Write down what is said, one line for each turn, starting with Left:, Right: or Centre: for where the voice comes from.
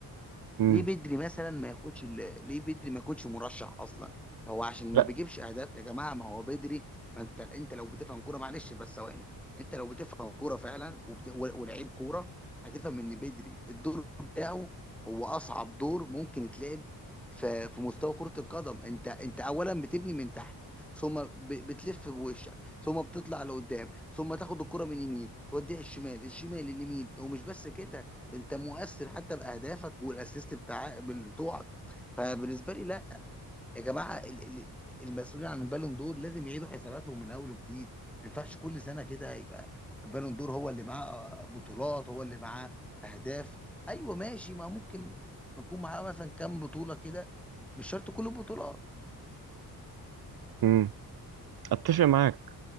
Right: مم.
Centre: ليه بدري مثلا ما ياخدش ال- ليه بدري ما يكونش مرشح اصلا هو عشان
Right: لا
Centre: ما بيجيبش اهداف يا جماعه ما هو بدري ما انت انت لو بتفهم كوره معلش بس ثواني انت لو بتفهم كوره فعلا وبت... و- ولعيب كوره هتفهم ان بدري الدور بتاعه هو اصعب دور ممكن يتلعب في في مستوى كره القدم انت انت اولا بتبني من تحت ثم ب... بتلف بوشك ثم بتطلع لقدام ثم تاخد الكره من يمين توديها الشمال الشمال اليمين ومش بس كده انت مؤثر حتى باهدافك والاسيست بتاع بتوعك فبالنسبه لي لا يا جماعه ال- ال- المسؤولين عن البالون دور لازم يعيدوا حساباتهم من اول وجديد ما ينفعش كل سنه كده يبقى البالون دور هو اللي معاه بطولات هو اللي معاه اهداف ايوه ماشي ما ممكن يكون معاه مثلا كام بطوله كده مش شرط كل البطولات
Right: مم. أتفق معاك